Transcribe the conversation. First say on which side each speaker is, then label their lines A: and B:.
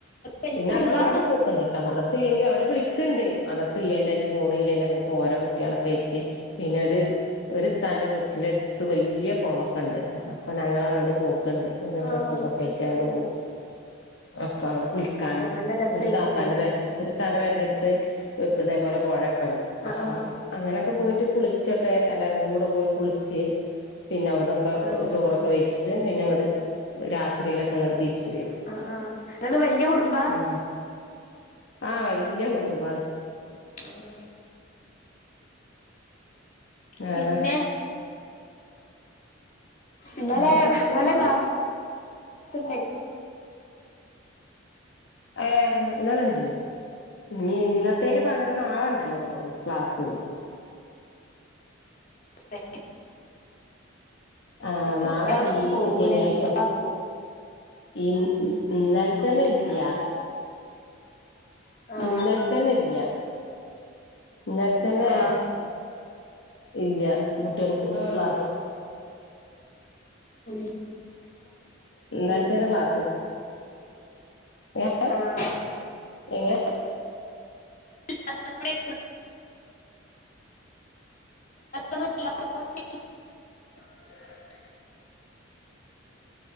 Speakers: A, on the left (about 40°); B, on the left (about 60°).
A: വല്യ
B: പിന്നെ
A: കുടുംബാ
B: ഞങ്ങ അണ്ട് പൂക്കണ്ട് കിട്ട മലർച്ചിലെങ്കി അവര് അവ വിളിക്കണ്ട് മദർസ് ഇല്ലല്ലജ പോണ ഇല്ലല്ലോ അങ്ങോട്ട് പോരാ കുട്ടികളൊക്കെ എറ്റ് പിന്നെരു ഒരു താൻന്റെ വീട്ടിന്റെ അടുത്ത് വലിയ കുളക്ക ഉണ്ട് അപ്പൊ ഞങ്ങൾ അങ്ങോ് പോ ണ്ട് മെ ഡ്രസ്സ്
A: ആഹ്
B: ഇക്കെ കയറ്റാങ്ങ് പോവും അപ്പ അവിടെ കുളിക്കാനും
A: നല്ല രസായിക്കൂലേ
B: ഒരു താത്താന്റെ പ ഒരു താന്റെ പേരന്റെ അടുത്ത് ഇതേപോലെ പുഴയൊക്ക ഉണ്ട് അ
A: ആഹ് ആഹ്
B: അങ്ങനെയൊക്കെ പോയിട്ട് കുളിച്ചൊക്കെ എല്ലാരും കൂടെ പോയി കുളിച്ച് പിന്നെ അവിടന്നൊക്കെ
A: ആഹ്
B: ചോറൊക്കെ വെച്ചിട്ട് പിന്നെ രാത്രി ങ്ങടെ തിരിച്ച വരും
A: ആഹ് ആഹ് നിങ്ങള് വല്യ കുടുംബാ
B: ആ ആഹ വലിയ കുടുംബം
A: ആ ആ
B: വേറെ
A: പിന്നെ ഇന്നലെ
B: വേറെ കൊഴപ്പൊന്നുല്ല
A: ഇന്നലെ ക്ലാസ് ന്നെ
B: ആഏ എന്നല്ലുണ്ട് ഇനി ഇന്നത്തേന് പകരം നാളുണ്ടല്ലോ ഇ ക്ലാസ്സ്
A: എ
B: ആ
A: കുട്ടികളൊന്നന്നും
B: നാളെ ഈ
A: പോകൂല
B: ശനിയാഴ്ചയാണ്
A: ലീവ് ആക്കൂ
B: ഇ ഇന്നാൽത്തന്നെ
A: കുട്ടികള്
B: ഇല്ലയ
A: ആഹ്
B: ഇന്നാൽ തന്നെ ഇല്ല ഇലത്തന്നെ
A: ആഹ്
B: ഇല്ല കുട്ടികൾ ക്ലാ
A: ഉ
B: നത്തന്നെ ക്ലാസ് ഏ
A: ആഹ്
B: എങ്ങ
A: ഇന്നലെ ഒന്നും ഇല്ലാത്തത് കൊണ്ട്
B: <unintelligible>